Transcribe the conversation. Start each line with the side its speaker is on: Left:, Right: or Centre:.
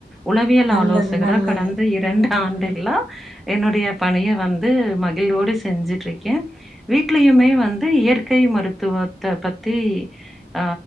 Centre: உளவியல்
Right: நல்லது
Centre: ஆலோசகரா
Right: நல்லது
Centre: கடந்த இரண்டு
Right: ம் ம்
Centre: ஆண்டுகளா
Right: ம்
Centre: என்னுடைய பணியை வந்து மகிழ்வோடு செஞ்சுட்டுருக்கே வீட்லயுமே வந்து இயற்கை மருத்துவத்தைப் பத்தி அ